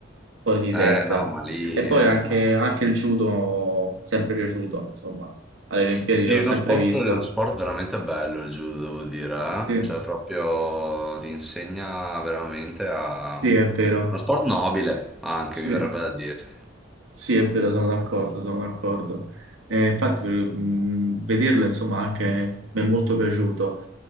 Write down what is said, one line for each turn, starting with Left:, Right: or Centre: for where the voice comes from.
Right: fuori di
Centre: Eh
Right: testa.
Centre: no, ma lì
Right: E poi
Centre: eh,
Right: anche,
Centre: ma...
Right: anche il judo, sempre piaciuto, insomma, alle Olimpiadi
Centre: Sì,
Right: l'ho
Centre: uno
Right: sempre
Centre: sport,
Right: visto.
Centre: uno sport veramente bello il judo, devo dire, eh.
Right: Sì,
Centre: Cioè proprio ti insegna veramente a...
Right: sì, è vero,
Centre: Uno sport nobile, anche
Right: sì,
Centre: mi verrebbe da dirti.
Right: sì, è vero, sono d'accordo, sono d'accordo. Eh, infatti, per- mh, vederlo, insomma, anche mi è molto piaciuto.